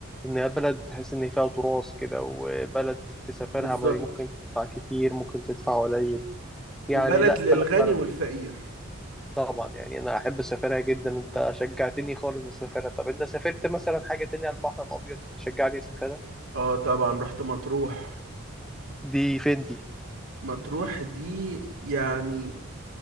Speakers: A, in the centre; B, on the right (about 80°).
A: انها بلد تحس ان فيها تراث كده وبلد تسافرها
B: بالظبط
A: ما- ممكن تدفع كتير ممكن تدفع قليل يعني
B: وبلد
A: لا
B: للغني
A: بلد فعلا
B: والفقير
A: طبعا يعني انا احب اسافرها جدا انت شجعتني خالص اسافرها طب انت سافرت مثلا حاجه تانية على البحر الابيض تشجعني اسافرها
B: اه طبعا رحت مطروح
A: دي فين دي
B: مطروح دي يعني